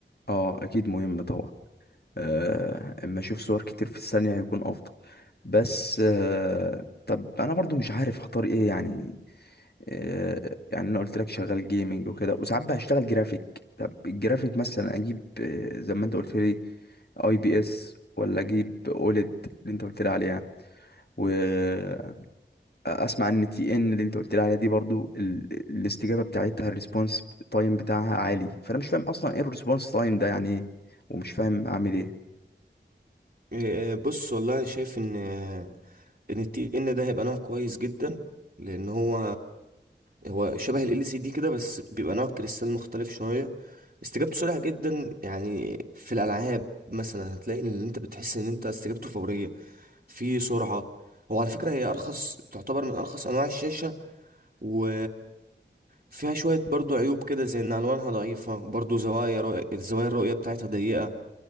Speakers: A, on the left (about 60°); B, on the right (about 55°).
A: اه اكيد مهم طبعا آه اما اشوف صور كتير في الثانية هيكون افضل بس آه طب انا برضو مش عارف هختار ايه يعني آه، يعني انا قلت لك شغال جيمنج وكده وساعات بشتغل جرافيك طب الجرافيك مثلا اجيب آه، زي ما انت قلت لي اي بي اس ولا اجيب اوليد اللي انت قلت لي عليها واسمع ان تي ان اللي انت قلت لي عليها دي برضو ال... الاستجابه بتاعتها الريسبونس تايم بتاعها عالي فانا مش فاهم اصلا ايه الريسبونس تايم ده يعني ايه ومش فاهم اعمل ايه
B: آه، آه، بص والله انا شايف ان آه، ان التي ان ده هيبقى نوع كويس جدا لان هو هو شبه ال LCD كده بس بيبقى نوع كريستال مختلف شوية استجابته سريعة جدا يعني في الألعاب مثلا هتلاقي ان انت بتحس ان انت استجابته فورية في سرعة هو على فكرة هي أرخص تعتبر من أرخص أنواع الشاشة و فيها شوية برضو عيوب كده زي إن ألوانها ضعيفة برضو زوايا رؤية الزوايا الرؤية بتاعتها ضيقة